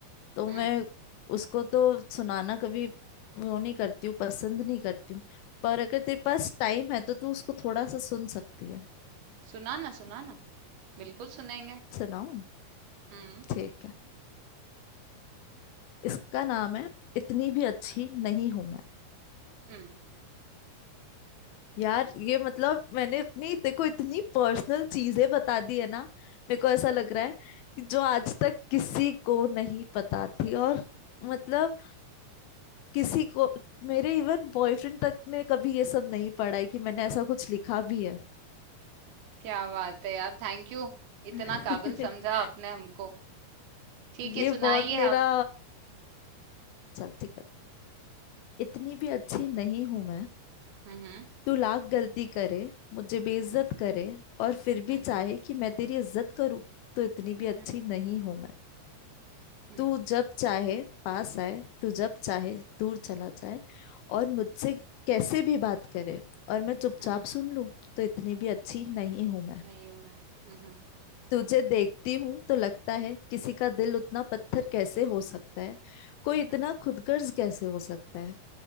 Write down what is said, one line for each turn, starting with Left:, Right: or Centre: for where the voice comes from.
Left: तो
Right: हम्म
Left: मैं उसको तो सुनाना कभी वो नहीं करती हूँ पसंद नहीं करती हूँ पर अगर तेरे पास टाइम है तो तू उसको थोड़ा सा सुन सकती है
Right: सुना ना सुना ना बिल्कुल सुनेंगे
Left: सुनाऊँ
Right: हम्म
Left: ठीक है इसका नाम है इतनी भी अच्छी नहीं हूं मैं
Right: हम्म
Left: <clears throat> यार ये मतलब मैंने अपनी देखो इतनी पर्सनल चीजें बता दी है ना मेरे को ऐसा लग रहा है कि जो आज तक किसी को नहीं पता थी और मतलब किसी को मेरे इवन बॉयफ्रेंड तक ने कभी ये सब नहीं पढ़ा है कि मैंने ऐसा कुछ लिखा भी है
Right: क्या बात है यार थैंक यू इतना
Left: <laughs>
Right: काबिल समझा आपने हमको ठीक
Left: ये
Right: है सुनाइए
Left: बहुत मेरा
Right: आप
Left: चल ठीक है इतनी भी अच्छी नहीं हूं मैं
Right: हम्म
Left: तू लाख गलती करे मुझे बेइज्जत
Right: हम्म
Left: करे और फिर
Right: हम्म
Left: भी चाहे कि मैं तेरी इज्जत करूं तो इतनी
Right: हम्म
Left: भी
Right: हम्म
Left: अच्छी नहीं हूं मैं
Right: हम्म
Left: तू जब चाहे पास आए तू जब चाहे दूर चला जाए और मुझसे कैसे भी बात करे और मैं चुपचाप
Right: हम्म, हम्म,
Left: सुन लूं तो इतनी भी अच्छी नहीं हूं मैं
Right: नहीं हूं मैं हम्म
Left: तुझे देखती हूं तो लगता है किसी का दिल उतना पत्थर कैसे हो सकता है कोई इतना
Right: हुँ,
Left: खुदगर्ज कैसे हो सकता है